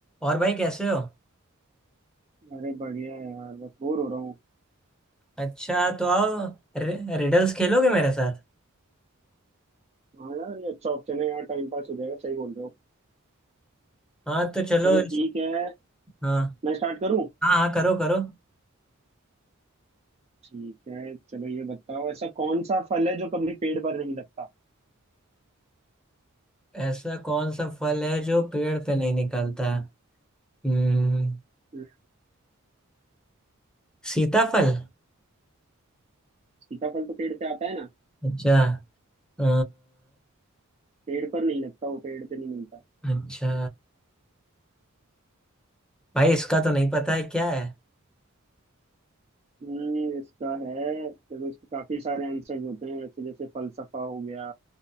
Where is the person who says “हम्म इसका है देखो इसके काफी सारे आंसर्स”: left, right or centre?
Right